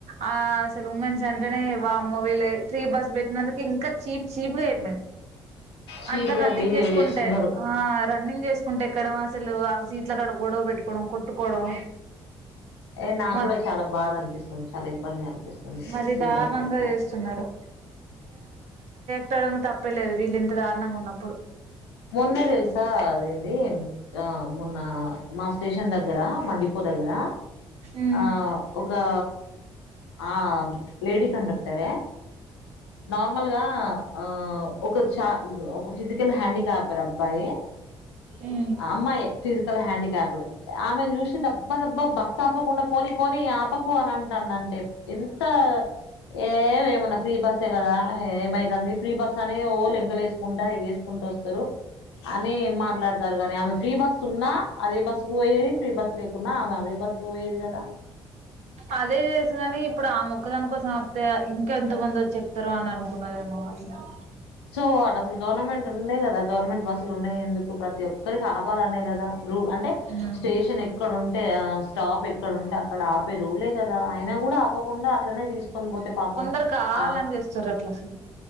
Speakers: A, on the right; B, on the left.
A: ఆ అసలు ఉమెన్స్ అంటేనే వామ్మో వీలే ఫ్రీ బస్ పెట్టినందుకు ఇంకా చీప్ చీప్ గ చెప్పి
B: చీప్గా
A: అందరు రన్నింగ్
B: బిహేవ్
A: చేసుకుంటే
B: చేస్తున్నారు
A: ఆ రన్నింగ్ చేసుకుం కుంట ఎక్కడం అసలు ఆ సీట్లకాడ గొడవ పెట్టుకోవడం కొట్టుకోవడం
B: ఏ నాకు
A: మ
B: కూడా చాలా బాధ అనిపిస్తుంది చాలా ఇబ్బందిగా అనిపిస్తుంది
A: మరి
B: ఫ్రీ
A: దారుణంగా
B: బస్ తోటి పోతే
A: చేస్తున్నారు చెప్పడం తప్పేలేదు వీళ్లింత ఇంత దారుణంగా ఉన్నప్పుడు
B: మొన్న తెలుసా అదేంది ఆ మొన్న మా స్టేషన్ దగ్గర మా డిపో దగ్గర
A: ఉమ్
B: ఆ ఒ ఆ ఆ లేడీ కండక్టరే నార్మల్గా ఆ ఒక చా ఒక ఫిజికల్ హ్యాండిక్యాప్డ్ అబ్బాయి
A: ఉమ్
B: అమ్మాయే ఫిజికల్ హ్యాండికాప్డు ఆమెను చూసి దబ్బ దబ్బా బస్ ఆపకుండా పోని పోని ఆప కు అని అంటండంటే ఎంత ఏ ఏమన్న ఫ్రీ బస్ కదా ఏమై తంది ఫ్రీ బస్ అని ఓ లెంకలు వేసుకుంట టా ఎగేసుకుంట వస్తరు అని మాట్లాడతండ్రు గని ఆమె ఫ్రీ బస్ ఉన్నా అదే బస్ కు పోయేది ఫ్రీ బస్ లేకున్నా ఆమె అదే బస్ కు పోయేది కదా
A: అదే చేసుగని ఇప్పుడు ఆమొక్కదానికోసం ఆపితే ఇంకా ఎంత మంది వచ్చి ఎక్కుతరో అని అనుకున్నరేమో వాళ్ళు మరి
B: సో అటు అసలు గవర్నమెంట్ ఉంది కదా గవర్నమెంట్ బస్సులు ఉన్నయి ఎందుకు ప్రతి ఒక్కరికి ఆపాలనే కదా రూ అంటే
A: ఉమ్
B: స్టేషన్ ఎక్కడ ఉంటే టే ఆ స్టాప్ ఎక్కడంటే అ అక్కడ ఆపే రూలే కదా అయిన కూడా అప కుండా అట్లనే తీసుకొని పోతే పాపం
A: కొందరు కావాలని
B: ఆ
A: చేస్తుర్రు అట్లా అసలు